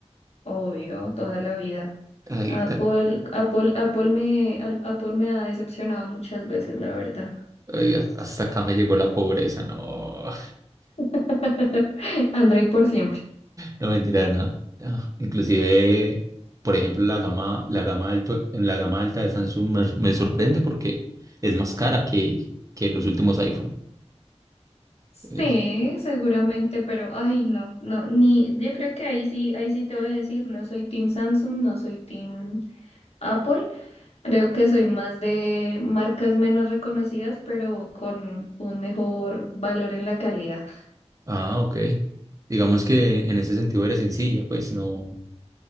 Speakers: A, on the left; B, on the right.
A: Obvio, toda la vida.
B: Ay,
A: Apple,
B: ah,
A: Apple, Apple me, al- Apple me ha decepcionado muchas veces, la verdad.
B: ay, hasta acá me llegó la pobreza, no.
A: <laughs> Android por siempre.
B: No, mentira, no. Ah, inclusive, por ejemplo, la gama, la gama alto, en la gama alta de Samsung me, me sorprende porque es más cara que, que los últimos iPhone.
A: Sí,
B: Es-
A: seguramente, pero ay, no, no, ni, yo creo que ahí sí, ahí sí te voy a decir, no soy Team Samsung, no soy Team Apple, creo que soy más de marcas menos reconocidas, pero con un mejor valor en la calidad.
B: ah, ok. Digamos que en ese sentido eres sencilla, pues no,